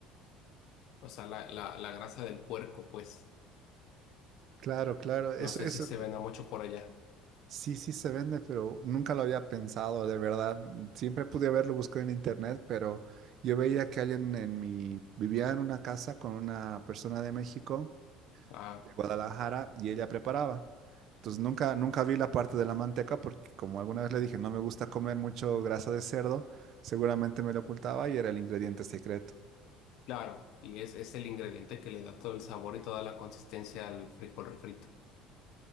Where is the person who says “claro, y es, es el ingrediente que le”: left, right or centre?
Left